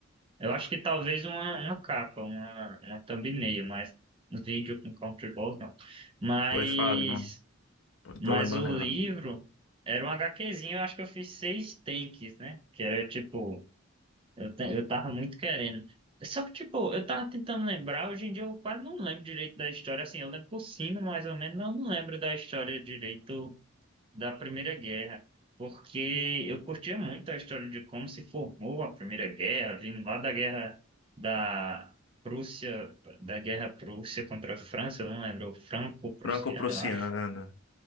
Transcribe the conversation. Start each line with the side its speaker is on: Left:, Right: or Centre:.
Right: eu acho que talvez uma, uma capa, uma, uma thumbnail, mas vídeo com Countryballs não. Mas,
Left: Pois fale, mano. Eu
Right: mas
Left: Tô lembrando
Right: o
Left: errado.
Right: livro era um HQzinho, eu acho que eu fiz seis takes, né? Que era tipo. Eu, te- eu tava muito querendo. Só que, tipo, eu tava tentando lembrar, hoje em dia eu quase não lembro direito da história, assim, eu lembro por cima, mais ou menos, mas eu não lembro da história direito da Primeira Guerra, porque eu curtia muito a história de como se formou a Primeira Guerra, vindo lá da guerra da Prússia, da guerra Prússia contra a França, eu não lembro, franco-prussiano,
Left: Franco-Prussiana.
Right: eu acho.